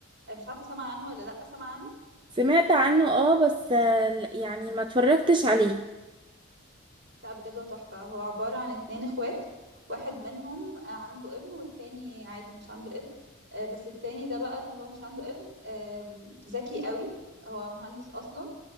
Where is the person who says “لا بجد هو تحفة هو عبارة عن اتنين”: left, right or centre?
Right